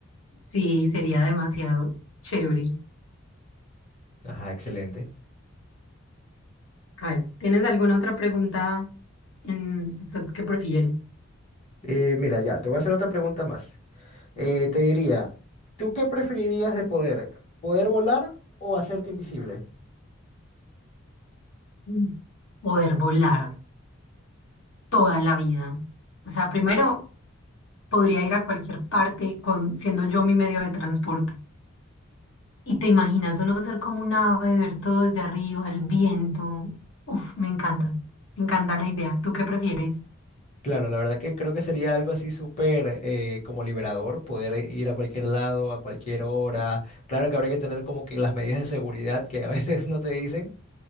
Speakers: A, on the left; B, on the left.
A: Sí, sería demasiado chévere.
B: Ajá, excelente.
A: A ver, ¿tienes alguna otra pregunta en qué prefieres?
B: Eh, mira, ya, te voy a hacer otra pregunta más. Eh, te diría, ¿tú qué preferirías de poder? ¿Poder volar o hacerte invisible?
A: Mm. Poder volar toda la vida. O sea, primero podría ir a cualquier parte con, siendo yo mi medio de transporte. Y te imaginas uno ser como un ave, ver todo desde arriba, el viento. Uf, me encanta. Me encanta la idea. ¿Tú qué prefieres?
B: Claro, la verdad que creo que sería algo así súper eh, como liberador, poder ir a cualquier lado, a cualquier hora. Claro que habría que tener como que las medidas de seguridad que a veces <laughs> no te dicen,